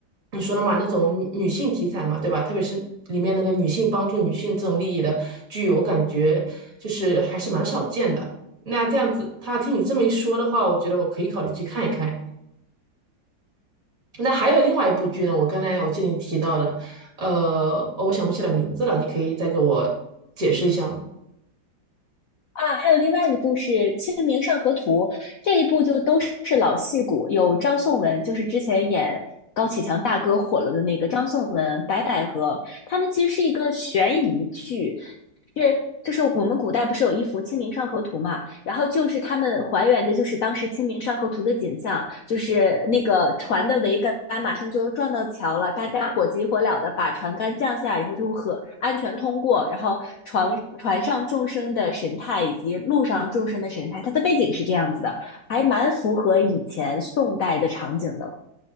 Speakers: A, on the right; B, on the left.
A: 你说的嘛，那种女女性题材嘛，对吧？特别是里面那个女性帮助女性这种利益的剧，我感觉就是还是蛮少见的。那这样子，他听你这么一说的话，我觉得我可以考虑去看一看。那还有另外一部剧呢，我刚才我记得你提到的，呃，哦我想不起来名字了，你可以再给我解释一下吗？
B: 啊，还有另外一部是《清明上河图》，这一部就都是老戏骨，有张颂文，就是之前演高启强大哥火了的那个张颂文、白百合，他们其实是一个悬疑剧，是，就是我们古代不是有一幅《清明上河图》嘛，然后就是他们还原的，就是当时《清明上河图》的景象，就是那个船的桅杆马上就撞到桥了，大家火急火燎的把船杆降下，然后就和安全通过，然后船船上众生的神态以及路上众生的神态，它的背景是这样子的，还蛮符合以前宋代的场景的。